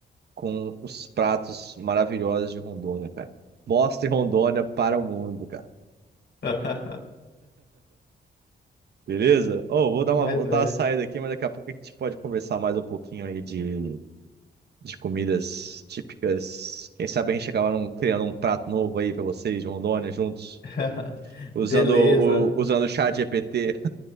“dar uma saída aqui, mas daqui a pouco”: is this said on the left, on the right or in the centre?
Right